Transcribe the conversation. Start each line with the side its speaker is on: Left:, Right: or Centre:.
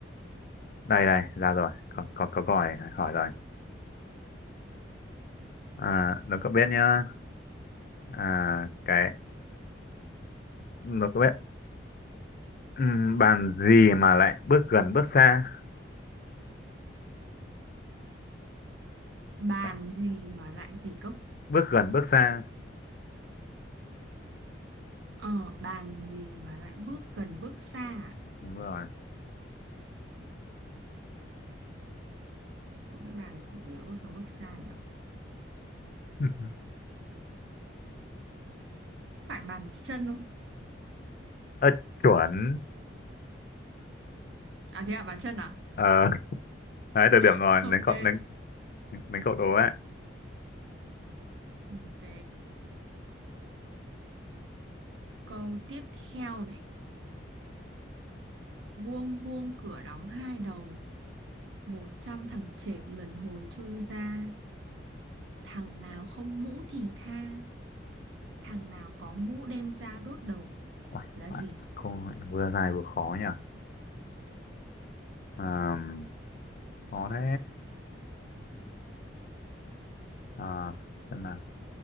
Left: đây đây ra rồi có có có câu hỏi hỏi rồi à, nó có biết nhá à, cái nó có biết ừm, bàn gì mà lại bước gần bước xa
Right: bàn
Left: Bạn-
Right: gì mà lại gì cốc
Left: bước gần bước xa
Right: ờ bàn gì mà lại bước gần bước xa à?
Left: đúng rồi
Right: có cái bàn gì nhỉ bước gần bước xa nhỉ
Left: <laughs>
Right: phải bàn chân không
Left: ơ chuẩn
Right: à thế à bàn chân à
Left: ờ <laughs> đấy được
Right: <laughs>
Left: điểm rồi
Right: ok
Left: đến cậu đến đến cậu đố ấy
Right: ok câu tiếp theo này vuông vuông cửa đóng hai đầu một trăm thằng chệt lần hồi chui ra thằng nào không mũ thì tha thằng nào có mũ đem ra đốt đầu
Left: Ôi,
Right: là
Left: bạn
Right: gì
Left: không lại vừa dài vừa khó nhỉ Ờm, khó thế à, xem nào